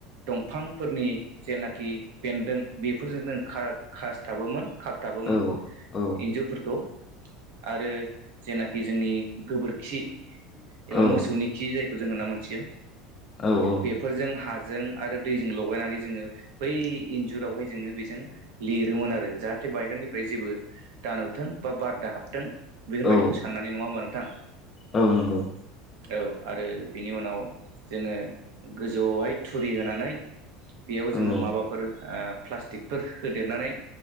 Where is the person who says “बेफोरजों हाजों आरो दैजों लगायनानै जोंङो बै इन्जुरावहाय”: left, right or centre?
Right